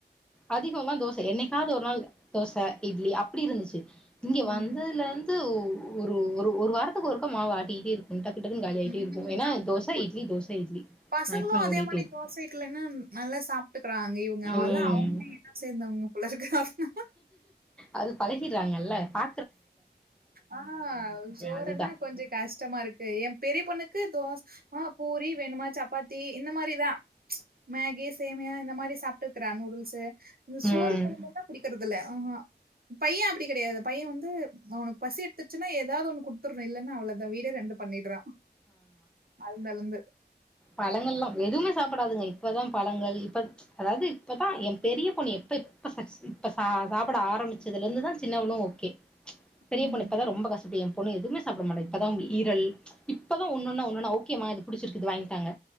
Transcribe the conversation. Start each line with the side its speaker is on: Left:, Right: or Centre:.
Centre: அதிகல்லா தோச என்னைக்காது ஒரு நாள் தோச இட்லி அப்டி இருந்துச்சு இங்க
Right: ம்
Centre: வந்ததுல இந்து ஓ ஒரு ஒரு வாரத்துக்கு ஒருக்க மாவாட்டி இப்டி இருக்கொண்டக் கிட்ட இரு காலியாகிட்ட
Right: ம்
Centre: இருக்கு ஏன்னா தோச இட்லி தோச இட்லி
Right: பசங்களு
Centre: மேக்சிமம்
Right: அதே
Centre: ஓடிட்டே
Right: மாரி
Centre: இருக்கு
Right: தோசைக்குலைன்னா நல்லா சாப்பிட்டுக்கறாங்க இவங்க அவல்லா
Centre: ம்
Right: அவங்க என்ன சேர்ந்தவங்க பிள்ள இருக்கு அதனால
Centre: அது பழகிறாங்கல்ல பா
Right: ஆ சோறனா
Centre: அதுதா
Right: கொஞ்ச கஷ்டமா இருக்கு எ பெரிய பொண்ணுக்கு இது தோஸ் ஆ பூரி வேணுமா சப்பாத் தி இந்த மாரிதா மேகி சேமியா இந்த மாரிஸ் சாப்டுக்குறா நூடுல்ஸ்சு இந்த சோறு
Centre: ம்
Right: குழம்ப தா புடிக்கறது இல்ல ஆஹா பையே அப்படி கடையாது பையே வந்து அவனுக்கு பசி எடுத்துச்சுன்னா ஏதாவது ஒன்னு குடுத்துர்ரே இல்லனா அவளதா வீடே ரெண்டு பண்ணிட்றா அலந்தலந்து
Centre: பழங்கள் லா எதுமே சாப்பிடாதுங்க இப்பதா பழங்கள் இப்ப அதாவது இப்பதா எ பெரிய பொன்னு எப்ப இப்ப இப்ப சா சாப்பிட ஆரம்பிச்சதுல இருந்துதா சின்னவளு ஓகே பெரிய
Right: ம்
Centre: பொண்ணிப்பதா ரொம்ப கசுப்பியம் பொன்னு எதுவுே சாப்பிட மாட்டா இப்பதா ஈரல் இப்பதா ஒன்னொன்னா ஒன்னொன்னா ஓகேதுமா புடிச்சிருக்குதுங்க டாங்க